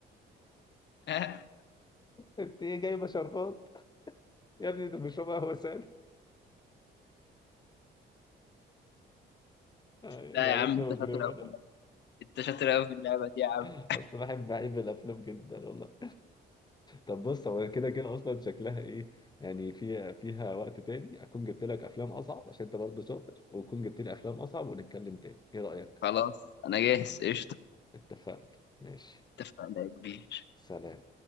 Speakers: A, on the left; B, on the left.
A: <laughs>
B: انت ايه جايبه شربات يا ابني ده بيشرب قهوه ساده آه،
A: لا
B: جعلتني
A: يا عم انت
B: مجرما
A: شاطر قوي في اللعبة
B: <laughs>
A: انت شاطر قوي في اللعبة دي يا عم
B: انا اصلا بحب بحب الافلام جدا والله طب بص هو كده كده اصلا شكلها ايه يعني فيها فيها وقت تاني اكون جبت لك افلام اصعب عشان انت برضه شاطر واكون جبت لي افلام اصعب ونتكلم تاني ايه رايك
A: خلاص انا جاهز قشطة
B: اتفقنا ماشي
A: اتفقنا يا كبير
B: سلام